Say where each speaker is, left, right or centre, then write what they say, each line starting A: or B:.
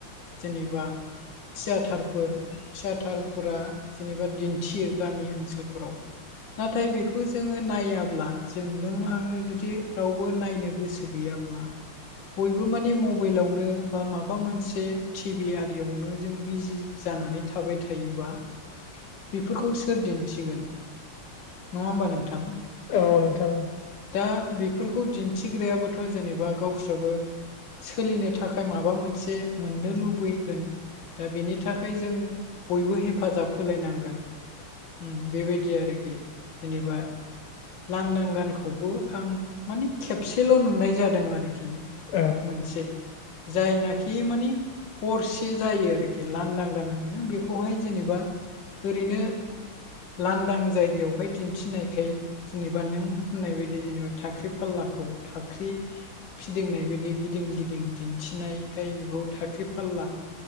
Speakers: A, on the left; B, on the left.
A: जेनेबा। थियाटारफोर। थियाटारफोरा जेनेबा दिन्थियो गामि ओनसोलफोराव नाथाय बेखौ खौ जोङो नायाब्ला जों नों आंनो जुदि रावबो नायनो गोसो गैयाब्ला। बयबो माने मबाइलावनो बा माबा मोनसे टिभि आरियावनो जों बिजि जानानै थाबाय थायोब्ला सोर दिन्थिगोन नङा होमबा नोंथां।
B: औ नोंथां।
A: दा बेफोरखौ दिन्थिग्रायाबोथ' जेनेबा गावस्राबो सोलिनो थाखाय माबा मोनसे मोननो लुबैगोन। दा बिनि थाखाय जों बयबो हेफाजाब होलायनांगोन उम बेबायदि दि आरोखि जेनेबा लांदां गानखौबो आं माने खेबसेल' नुनाय जादों आरोखि।
B: औ
A: मोनसे जायनाखि माने हरसे जायो आरोखि। खि लांदां गान होनो बेखौहाय जेनेबा ओरैनो लांदां जायगायावहाय दिन्थिनायखाय जेनेबा नों होननाय बायदि जेनेबा थाखाख्रि फाललाखौ थाख्रि फिदिंनाय बायदि गिदिं गिदिं दिन्थिनायखाय बेखौ थाख्रि फालला